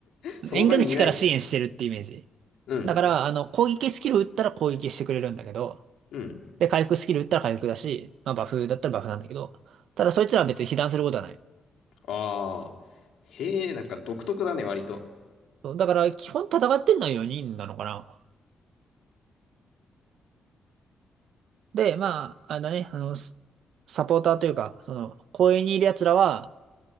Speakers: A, on the left (about 80°); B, on the right (about 90°).
A: その場にいない。
B: 遠隔地から支援してるってイメージ。
A: うん。
B: だから、あの、攻撃スキル打ったら攻撃してくれるんだけど、
A: うん。
B: で、回復スキル打ったら回復だし、まあバフだったらバフなんだけど、ただそいつらは別に被弾することはない。
A: ああ。へえ、なんか独特だね、割と。
B: そうだから、基本戦ってんのは4人なのかな。で、まあ、あのね、あの、スサポーターというか、その、公園にいる奴らは、